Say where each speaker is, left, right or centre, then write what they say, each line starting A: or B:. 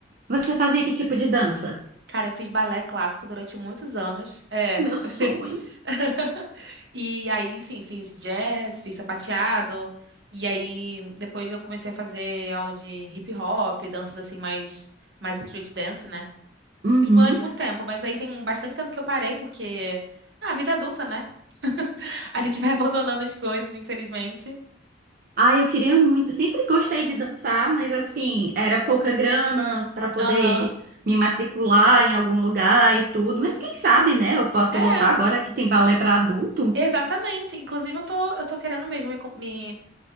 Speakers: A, on the right; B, on the right.
A: Você fazia que tipo de dança?
B: Cara, eu fiz balé clássico durante muitos anos. É.
A: Meu
B: <laughs>
A: sonho.
B: <laughs> E aí, enfim, fiz jazz, fiz sapateado. E aí, depois eu comecei a fazer aula de hip hop, danças assim, mais, mais street dance, né?
A: Uhum.
B: Fiz durante muito tempo, mas aí tem bastante tempo que eu parei, porque. Ah, vida adulta, né? <laughs> A gente vai <laughs> abandonando as coisas, infelizmente.
A: Ah, eu queria muito. Sempre gostei de dançar, mas assim, era pouca grana para poder
B: Aham.
A: me matricular em algum lugar e tudo. Mas quem sabe, né? Eu posso
B: É,
A: voltar agora que tem balé para adulto.
B: exatamente. Inclusive, eu tô, eu tô querendo mesmo me, co- me,